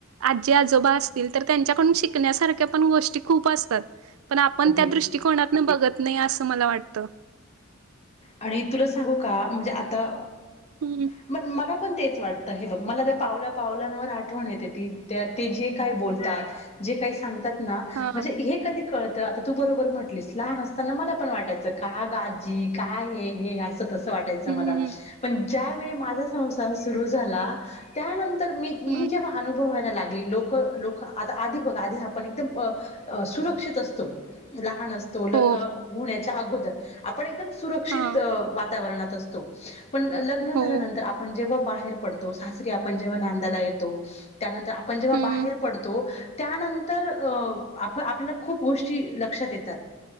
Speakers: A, on the right; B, on the left.
A: आजी आजोबा असतील तर त्यांच्याकडून शिकण्यासारख्या पण गोष्टी खूप अस पण आपण
B: अगदीच
A: त्या दृष्टकोनात बघत नाही असं मला वाटत
B: आणि तुला सांगू का म्हणजे आता
A: हम्म
B: मग मला पण तेच वाटतं हे बघ मला तर पावला पावलांवर आठवण येते ती त्या ते जे काय बोलतात जे काही सांगतात ना
A: हा
B: म्हणजे हे कधी कळत आ तू बरोबर म्हटलीस लहान असताना मला पण वाटायचं का गाजी काय हे तस वाटायचं
A: हम्म
B: मला पण ज्या वळी माझा संसार सुरू झाला त्यानंतर मी
A: हम्म
B: मी जेव्हा अनुभवायला लागले लोक लोक आता आधी बघ आधी आपण एकदम सुरक्षित असतो लहान असतो लग्न
A: हो
B: होण्याच्या अगोदर आपण एकदम सुरक्षित
A: हा
B: वाताणात असतो पण लग्नाझाल्यानंतर
A: हो
B: आपण जेव्हा बाहेर पडतो सासरी आपण जेव्हा नांदाला येतो त्यानंतर आपण जेव्हा
A: हम्म
B: बाहेर पडतो त्यानंतर अ आप आपल्याला खूप गोष्टी लक्षात येतात